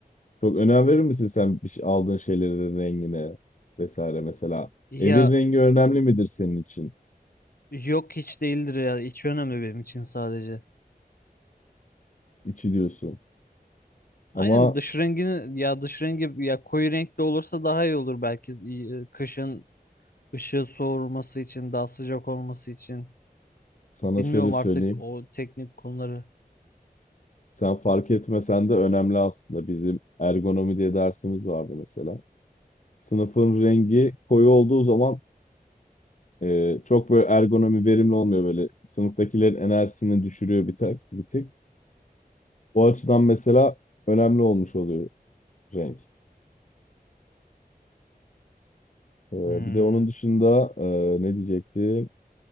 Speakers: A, on the left; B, on the left.
A: Çok önem verir misin sen bir şey- aldığın şeylerin rengine vesaire mesela?
B: Ya
A: Evin rengi önemli midir senin için?
B: yok hiç değildir ya hiç önemli benim için sadece.
A: İçi diyorsun.
B: Aynen
A: Ama
B: dış rengini ya dış rengi ya koyu renkli olursa daha iyi olur belki İyi, kışın ışığı soğurması için daha sıcak olması için.
A: sana
B: Bilmiyorum
A: şöyle söyleyeyim.
B: artık o teknik konuları.
A: Sen fark etmesen de önemli aslında. Bizim ergonomi diye dersimiz vardı mesela. Sınıfın rengi koyu olduğu zaman e, çok böyle ergonomi verimli olmuyor böyle. Sınıftakilerin enerjisini düşürüyor bir tek, bir tek. O açıdan mesela önemli olmuş oluyor renk. E,
B: Hmm.
A: bir de onun dışında e, ne diyecektim?